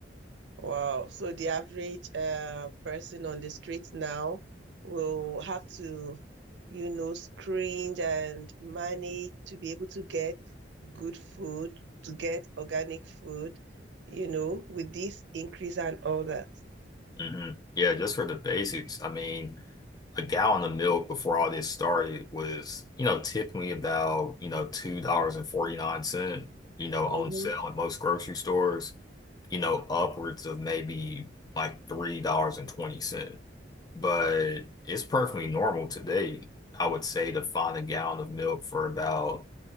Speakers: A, on the right; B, on the left.
A: wow. So the average uh, person on the street now will have to, you know, screen and manage to be able to get good food, to get organic food, you know, with this increase and all that.
B: hmm Yeah, just for the basics. I mean, a gallon of milk before all this started was, you know, typically about, you know, $2.49, you know, on
A: Mhm.
B: sale at most grocery stores. you know, upwards of maybe like $3.20. But it's perfectly normal today, I would say, to find a gallon of milk for about